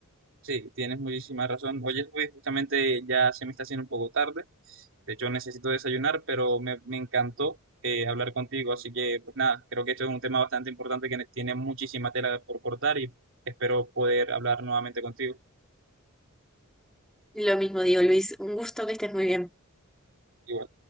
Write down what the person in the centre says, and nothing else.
Lo mismo digo, Luis, un gusto que estés muy bien.